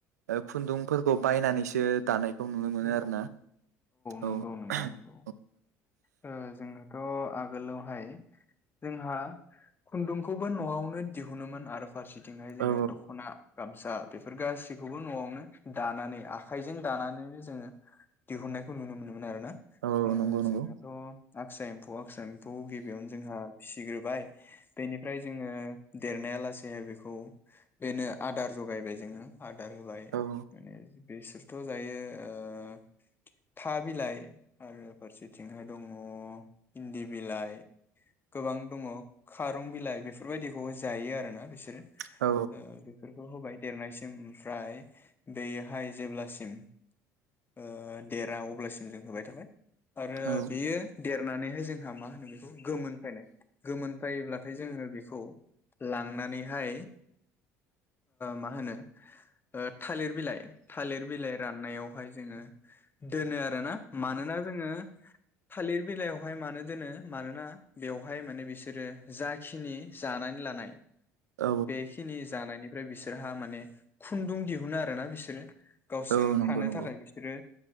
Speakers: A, on the right; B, on the left.
A: ओब खुन्दुंफोरखौ
B: औ
A: बायनानैसो दानाय खौ नुनो मोनो
B: औ
A: आरो ना
B: नंगौ
A: औ
B: नंगौ
A: अ
B: नंगौ ओ जोंनाथ' आग गोलावहाय जोंहा खुन्दुंखौबो नआवनो दिहुनोमोन आरो फारसेथिंहाय जोङो
A: औ
B: दख'ना गामसा बेफोर गासिखौबो नआवनो दानानै आखाइजों दानानैनो जोङो दिहुनायखौ नुनो मोनोमोन आरोना
A: औ औ
B: ओ
A: नंगौ नंगौ
B: जोंनाथ आगसा एम्फौ आ एम्फौ गिबियावनो जोंहा फिसिग्रोबाय बेनिफ्राय जोङो देरनाया लासेैहाय बेखौ बेनो आदार जगायबाय जोङो आदार होबाय
A: औ
B: माने बिसोरथ जायो ओ था बिलाइ आरो फारसेथिंहाय दङ इन्दि बिलाइ। गोबां दङ खारं बिलाइ बेफोरबायदिखौ जायो आरोना बिसोरो।
A: औ
B: ओ बेफोरखौ होबाय। देरनायसिम ओमफ्राय बेयोहाय जेब्लासिम ओ देरा अब्लासिम जों होबाय थाबाय आरो
A: औ
B: बेयो देरनानैहाय जों जोंहा मा होनो बेखौ गोमोनफायनाय गोमोनफायोब्लाथाय जोङो बेखौ लांनानैहाय मा होनो ओ थालिर बिलाइ थालिर बिलाइ राननायाव बेहाय जोङो दोनो आरोना मानोना जोङो थालिर बिलायावहाय मानो दोनो मानोना बेवहाय माने बिसोरो जाखिनि जानानै लानाय
A: औ
B: बेखिनि जानायनिफ्राय बिसोरहा माने खुन्दुं दिहुनो आरोना बिसोरो गावसोरो
A: औ नंगौ
B: थानो
A: नंगौ
B: थाखाय बिसोरो